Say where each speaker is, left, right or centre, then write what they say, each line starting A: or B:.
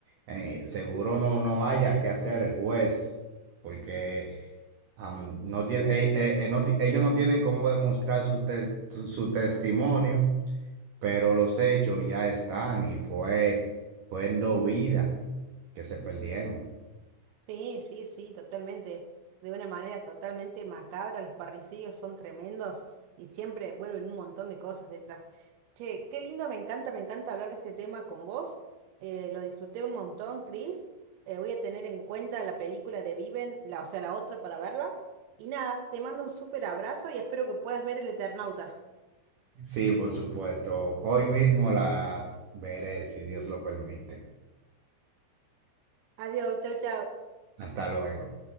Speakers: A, on the right; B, on the right.
A: eh, seguro no, no haya que hacer el juez, porque am, no tiene, eh, eh, eh, no ti- ellos no tienen cómo demostrar su, te- su su testimonio pero los hechos ya están y fue, fueron vidas que se perdieron.
B: Sí, sí, sí, totalmente. De una manera totalmente macabra, los parricidios son tremendos y siempre vuelven un montón de cosas detrás. Che, qué lindo, me encanta, me encanta hablar de este tema con vos. Eh, lo disfruté un montón, Chris. Eh, voy a tener en cuenta la película de Viven, la, o sea, la otra para verla. Y nada, te mando un súper abrazo y espero que puedas ver El Eternauta.
A: Sí, por supuesto. Hoy mismo la veré, si Dios lo permite.
B: Adiós, chau, chau.
A: Hasta luego.